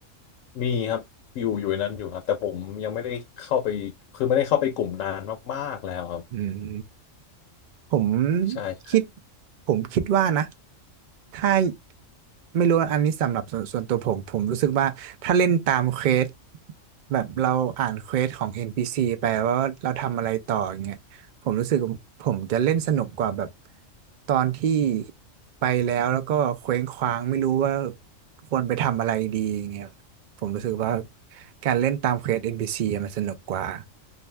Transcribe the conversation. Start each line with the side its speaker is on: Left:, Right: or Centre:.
Left: มีครับอยู่อยู่ในนั้นอยู่ครับแต่ผมยังไม่ได้เข้าไปคือไม่ได้เข้าไปกลุ่มนานมากๆแล้วครับ
Right: อืม ผม
Left: ใช่
Right: คิดผมคิดว่านะถ้าไม่รู้อันนี้สำหรับส่วนส่วนตัวผมผมรู้สึกว่าถ้าเล่นตามเควสแบบเราอ่านเควสของ NPC ไปว่าเราทำอะไรต่ออย่างเงี้ยผมรู้สึกผมจะเล่นสนุกกว่าแบบตอนที่ไปแล้วแล้วก็เคว้งคว้างไม่รู้ว่าควรไปทำอะไรดีอย่างเงี้ย ผมรู้สึกว่าการเล่นตามเควส NPC อนพีซีอะมันสนุกกว่า